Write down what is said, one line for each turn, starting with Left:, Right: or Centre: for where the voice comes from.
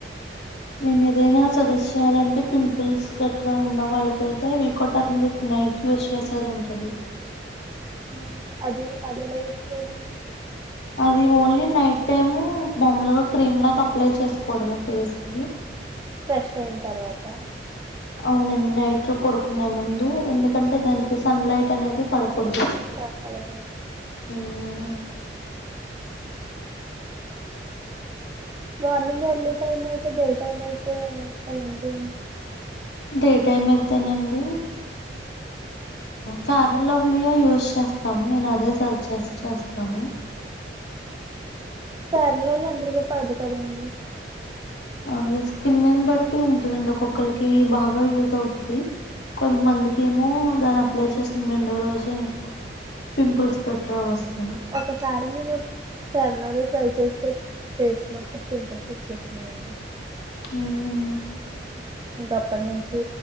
Left: నేను ఏదైనా సదస్యాలంటే పింపుల్స్ గట్రా ఉన్న వాళ్ళకైతే అవికోటర్మిరిక్ నైట్ యూజ్ చేసేది ఉంటుంది
Right: ఉమ్ అది అదలా ఇచ్చారు
Left: అది ఓన్లీ నైట్ టైము బొమ్మలుగా క్రీమ్ లాగా అప్లై చేసుకోవడం ఫేస్ కి
Right: ఫ్రెష్ అయిన తర్వాత
Left: అవునండి నైట్ పడుకునేముందు దు ఎందుకంటే దానికి సన్ లైట్ అనేది పడుకు కుడాదు
Right: పడకూడదు
Left: ఉమ్
Right: మార్నింగ్ ఎర్లీ టైం అయితే డే టైం అయితే ఎలాంటిడి
Left: డే టైం అయితేనండి ఫారన్ లవ్లియా యూజ్ చేస్తాము నేను అదే సజ్జెస్ చేస్తాను
Right: పేర్లోళ్ళ అందరిక పడదు కదండి
Left: అది స్కిన్ నేను బట్టి ఉంటుదండి ఒ ఒకొక్కరికి బాగా యూజ అవుతుది కొంతమందికి ఏమో దాన్ని అప్లై చేసం రెండో రోజే పింపుల్స్ గట్రా వస్తాయి
Right: ఒకసారి నేను స అలానే ట్రై చేస్తే ఫేస్ మొత్తం పింపుల్స్ వచ్చేస్తున్నాయి
Left: మ్మ్
Right: <inaudible> అప్పటి నుంచి